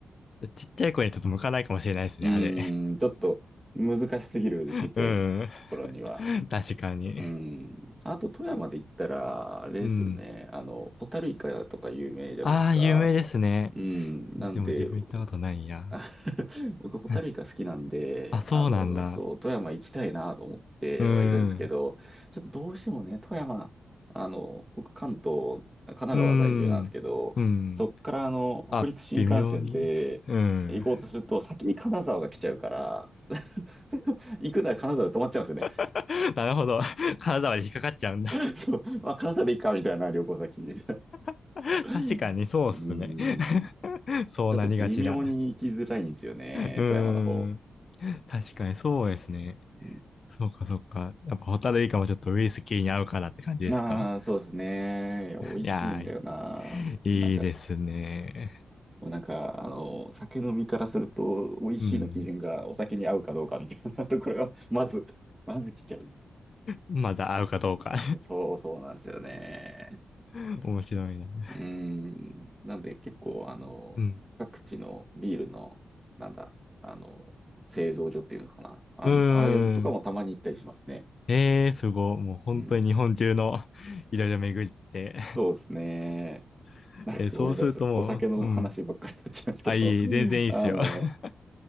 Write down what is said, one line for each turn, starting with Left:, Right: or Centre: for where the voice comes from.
Left: ちっちゃい子にちょっと向かないかもしれないですね、
Right: うーん、
Left: あれ。
Right: ちょっと難しすぎる、
Left: <laughs>
Right: ちっちゃい頃には。
Left: うん。確かに。
Right: うん。あと、富山で言ったら、あれですよね。
Left: うん。
Right: あの、ホタルイカとか有名じゃないですか。
Left: ああ、有名ですね。
Right: うん。なんで、
Left: でも自分行ったことないや。
Right: あ <laughs> 僕、ホタルイカ好きなんで、
Left: <laughs> あ、そうなんだ。
Right: あの、そう、富山行きたいなと思ってはいるんですけど、
Left: うん。
Right: ちょっとどうしてもね、富山、あの、僕、関東、神奈川在住なんですけど、
Left: うん。うん。
Right: そっから、あの、
Left: あ、
Right: 北陸新幹線で行こうとすると、
Left: 微妙に。うん。
Right: 先に金沢が来ちゃうから、<laughs> 行くなら金沢で止まっちゃうんですよね。
Left: <laughs> なるほど。体まで引っかかっちゃうんだ。
Right: <laughs> そう、まあ、関西で行くかみたいな旅行先。<laughs> う
Left: <laughs>
Right: うーん。
Left: 確かにそうっすね。<laughs> そうなりがちだ。
Right: ちょっと微妙に行きづらいんですよね、
Left: うーん。
Right: 富山の方。
Left: 確かにそうですね。
Right: う
Left: そうかそうか。やっぱホタルイカもちょっとウイスキーに合うからって感じですか
Right: ん、ああ、そうですね。いや美味しいんだよな。
Left: いやー、
Right: なんか、
Left: いいですね。
Right: もうなんか、あの、酒飲みからすると、美味しいの基準がお酒に合うかどうかみたいなところが、
Left: うん。
Right: まず、まず来ちゃう。
Left: まだ合うかどうか
Right: そうそうなんですよね。
Left: <laughs> 面白いな。
Right: うーん。なんで結構、あの、
Left: うん。
Right: 各地のビールの、なんだ、あの、製造所っていうのかな。あの、
Left: うーん。
Right: ああいうのとかもたまに行ったりしますね。
Left: ええー、すごい。もう本当に日本中の
Right: うん。
Left: <laughs> いろいろ巡って
Right: そうですね。
Left: <laughs>
Right: なんかごめんなさいです。
Left: え、そうするともう、
Right: お酒の話ばっかりになっちゃいますけど、
Left: うん。あ、いい、
Right: <laughs>
Left: 全然いいっすよ。
Right: あの、
Left: <laughs>